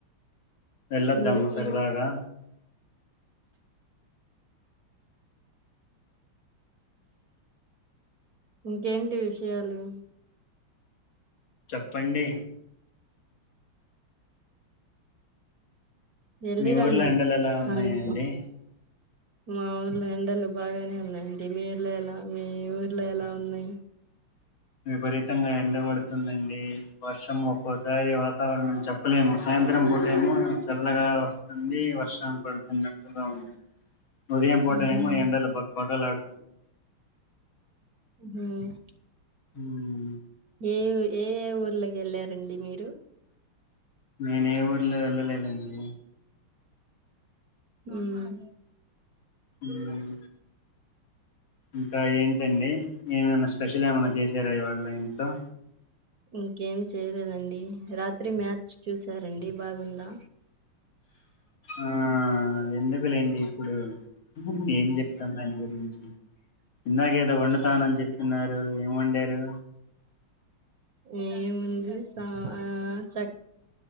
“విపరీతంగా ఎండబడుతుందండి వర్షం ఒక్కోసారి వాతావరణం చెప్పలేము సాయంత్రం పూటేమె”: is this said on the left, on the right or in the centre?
Left